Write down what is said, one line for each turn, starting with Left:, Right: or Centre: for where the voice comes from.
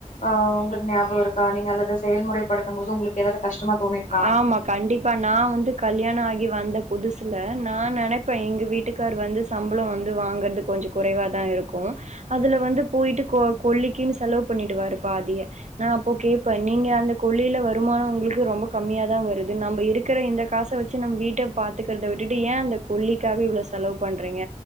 Left: ஆஹ் உங்களு ஞாபகம் இருக்கா நீங்க அல்லது செயல்முறைப்படுத்தும் போது உங்களுக்கு ஏதாவது கஷ்டமா தோணிருக்கா
Right: ஆமா கண்டிப்பா நா வந்து கல்யாண ஆகி வந்த புதுசுல நா நெனப்பே எங்க வீட்டுக்காரு வந் சம்பளம் வந்து வாங்கறதுக் கொஞ்ச குறைவா தான் இருக்கும் அதுல வந்து போய்ட்டு கொல்லிக்கீன்னு செலவு பண்ணிடுவாரு பாதிய நான அப்போ கேபே நீங்க அந்த கொழியில வருமானம் உங்களுக்கு ரொம்ப கம்மியா தா வருது நம்ம எடுக்ற இந்த காச வச்சி நம் வீட்ட பாத்துக்கறத விட்டுட்டு ஏ அந்த கொல்லிக்காக இ்வ்ல செலவு பண்றீங்க